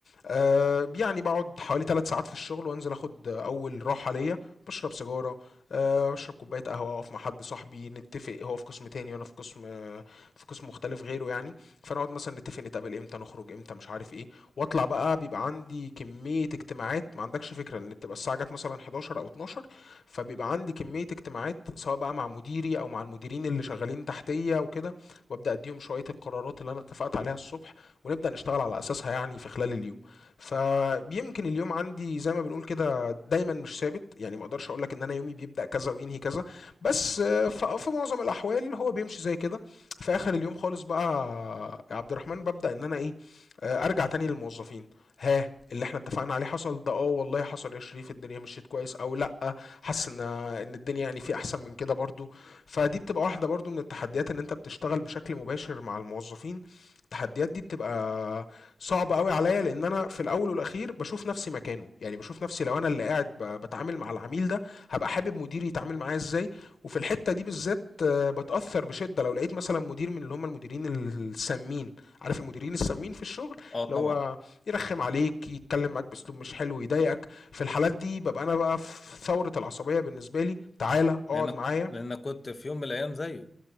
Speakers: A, on the left (about 80°); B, on the left (about 55°).
A: آه، يعني بقعد حوالي 3 ساعات في الشغل وانزل اخد اول راحه ليا بشرب سيجاره آه، بشرب كوبايه قهوه اقف مع حد صاحبي نتفق هو في قسم تاني وانا في قسم آه، في قسم مختلف غيره يعني فنقعد مثلا نتفق نتقابل امتى نخرج امتى مش عارف ايه واطلع بقى بيبقى عندي كميه اجتماعات ما عندكش فكره لان بتبقى الساعه جت مثلا 11 او 12 فبيبقى عندي كميه اجتماعات سواء بقى مع مديري او مع المديرين اللي شغالين تحتيه وكده وابدا اديهم شويه القرارات اللي انا اتفقت عليها الصبح ونبدا نشتغل على اساسها يعني في خلال اليوم فيمكن اليوم عندي زي ما بنقول كده دايما مش ثابت يعني ما اقدرش اقول لك ان انا يومي بيبدأ كذا وينهي كذا بس آه، ف- في معظم الاحوال هو بيمشي زي كده في اخر اليوم خالص بقى يا عبد الرحمن ببدأ ان انا ايه آه، ارجع تاني للموظفين ها اللي احنا اتفقنا عليه حصل ده اه والله حصل يا شريف الدنيا مشيت كويس او لا حاسس ان ان الدنيا يعني في احسن من كده برضو فدي بتبقى واحده برضو من التحديات ان انت بتشتغل بشكل مباشر مع الموظفين التحديات دي بتبقى صعب قوي عليا لان انا في الاول والاخير بشوف نفسي مكانه يعني بشوف نفسي لو انا اللي قاعد ب- بتعامل مع العميل ده هبقى حابب مديري يتعامل معايا ازاي وفي الحته دي بالذات آه، بتاثر بشده لو لقيت مثلا مدير من اللي هم المديرين السامين عارف المديرين السامين في الشغل
B: اه
A: اللي
B: طبعا
A: هو يرخم عليك يتكلم معاك باسلوب مش حلو يضايقك في الحالات دي ببقى انا بقى في ثوره العصبيه بالنسبه لي تعالى اقعد
B: لأنك
A: معايا
B: لأنك كنت في يوم من الأيام زيه